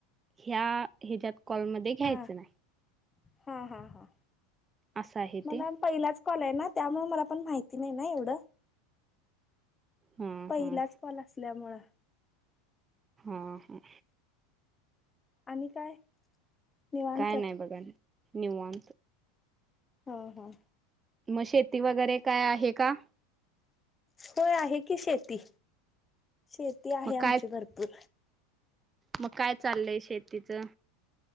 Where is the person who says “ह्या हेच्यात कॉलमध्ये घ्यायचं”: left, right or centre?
Right